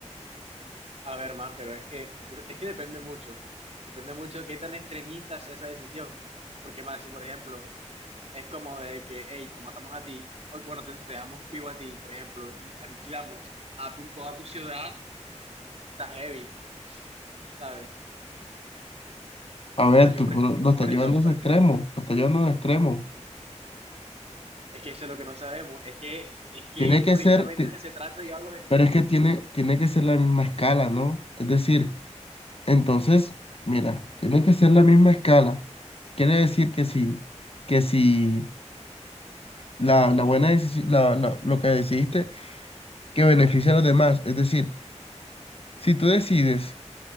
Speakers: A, on the right; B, on the left.
A: A ver, man, pero es que, es que depende mucho. Depende mucho de qué tan extremista sea esa decisión. Porque, man, si por ejemplo es como de que, hey, te matamos a ti, o bueno, te, te dejamos vivo a ti, por ejemplo, y aniquilamos a tu, toda tu ciudad, está heavy, ¿sabes?
B: A ver,
A: O sea, yo
B: tú
A: por,
B: lo,
A: por-
B: lo estás
A: por
B: llevando
A: eso,
B: a ese
A: por-
B: extremo, lo estás llevando a un extremo.
A: es que eso es lo que no sabemos, es que, es que
B: Tiene
A: esto
B: que
A: precisamente
B: ser, ti-
A: se trata de llevar a los extremos.
B: pero es que tiene, tiene que ser la misma escala, ¿no? Es decir, entonces, mira, tiene que ser la misma escala. Quiere decir que si, que si la, la buena decisión, la, la- lo que decidiste, que beneficia a los demás. Es decir, si tú decides